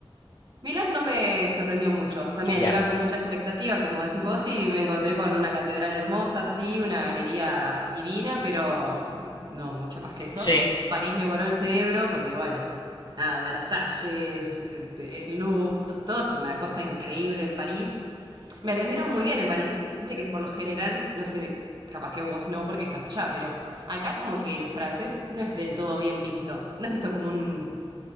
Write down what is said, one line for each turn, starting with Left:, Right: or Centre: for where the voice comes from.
Right: Milán no me sorprendió mucho. También
Left: Ya.
Right: iba
Left: Yeah.
Right: con mucha expectativa, como decís vos, y me encontré con una catedral hermosa, sí, una galería divina, pero no mucho más que eso.
Left: Sí,
Right: París me voló el cerebro porque, bueno, nada, Versalles, eh, el Louvre, to- todo es una cosa increíble en París. Me atendieron muy bien en París. Viste que por lo general, no sé, capaz que vos no porque estás allá, pero acá como que el francés no es del todo bien visto. No es visto como un,